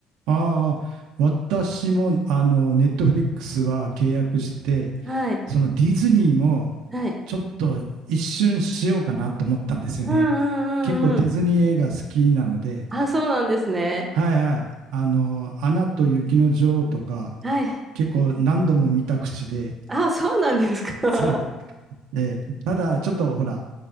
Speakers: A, on the right; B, on the right.
A: ああ、私も、あの、ネットフリックスは契約してて、
B: はい。
A: そのディズニーも、
B: はい。
A: ちょっと一瞬しようかなと思ったんですよね。
B: うんうんうんうん。
A: 結構ディズニー映画好きなので、
B: あ、そうなんですね。
A: はいはい。あの、アナと雪の女王とか、
B: はい。
A: 結構何度も見た口で、
B: あ、そうなんですか。
A: そう。で、ただ、ちょっとほら、